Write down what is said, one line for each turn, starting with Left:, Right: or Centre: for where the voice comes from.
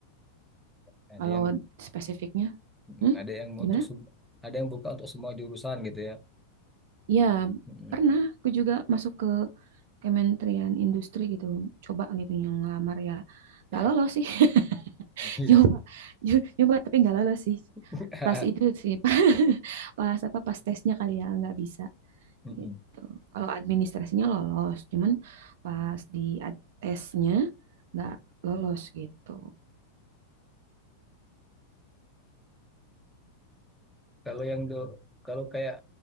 Centre: Ada
Right: Kalau
Centre: yang
Right: spesifiknya,
Centre: Mm,
Right: hmm?
Centre: Ada yang
Right: Gimana?
Centre: untuk sem- ada yang buka untuk semua jurusan gitu ya.
Right: Ya,
Centre: Mm,
Right: pernah aku juga masuk ke Kementerian Industri gitu, coba gitu yang ngelamar ya.
Centre: Ya,
Right: Gak lolos sih. <laughs>
Centre: <laughs> iya.
Right: Nyoba, nyo- nyoba tapi gak lolos sih.
Centre: <laughs>
Right: Pas itu sih, <laughs> pas pas apa pas tesnya kali ya nggak bisa
Centre: Mm-mm.
Right: gitu. Kalau administrasinya lolos, cuman pas di ad- tesnya nggak lolos gitu.
Centre: Kalau yang do- kalau kayak